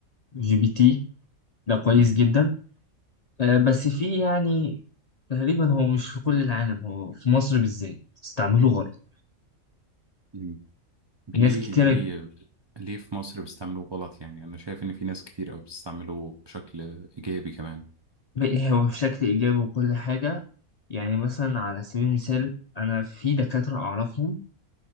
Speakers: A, on the left (about 55°); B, on the right (about 45°).
A: جي بي تي ده كويس
B: م-
A: جدا آه، بس فيه يعني تقريبا هو مش في كل العالم هو في مصر بالذات استعمله غلط
B: م. ليه
A: ناس كتيرة
B: ليه ليه في مصر بيستعملوه غلط يعني انا شايف ان في ناس كتير قوي بتستعمله بشكل ايجابي كمان
A: بقى هو بشكل إيجابي وكل حاجة يعني مثلا على سبيل المثال أنا في دكاترة أعرفهم